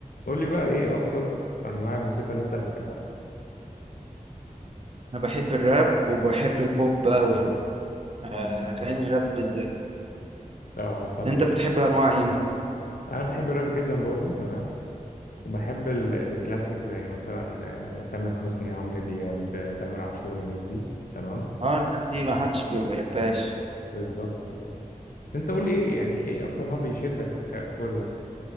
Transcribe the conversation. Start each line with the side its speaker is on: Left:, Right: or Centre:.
Left: قول لي بقى ايه اكتر انواع الموسيقى اللي انت بتحبها
Right: انا بحب الراب وبحب البوب قوي يعني آه، اغاني الراب بالذات
Left: لو طب
Right: انت
Left: يعني.
Right: بتحب انواع ايه مثلا
Left: انا بحب الراب جدا برضو تمام وبحب ال- الكلاسيك زي مثلا آه، تامر حسني عمرو دياب آه، تامر عاشور الناس دي تمام
Right: اه الناس دي ما حدش بي- ما بيحبهاش
Left: بالظبط يعني بس انت قول لي ايه يعني ايه اكتر ما بيشدك في ك- في كل ده